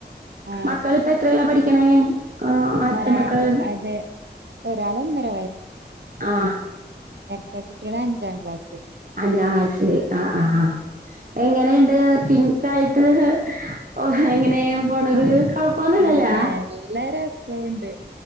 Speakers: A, on the right (about 85°); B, on the right (about 50°).
A: ആ
B: മക്കളിപ്പ എത്രേലാ പഠിക്കണേ
A: ഉം.
B: ആ ആദ്യത്തെ
A: ഒരാ
B: മക്കള്
A: അതെ ഒരാൾ ഒന്നര
B: ആഹ്
A: റ്റേ കുട്ടികള് അഞ്ചാം ക്ലാസ്സില്
B: ജാസ് ആ ആ എങ്ങനെയുണ്ട്
A: പഠിക്കുന്നത്
B: ടിൻ സായിട്ട് ഓ എങ്ങനേ
A: ഉം.
B: പോണത് കൊഴപ്പോന്നും ഇല്ലല്ലാ
A: ആ നല്ല രസമുണ്ട്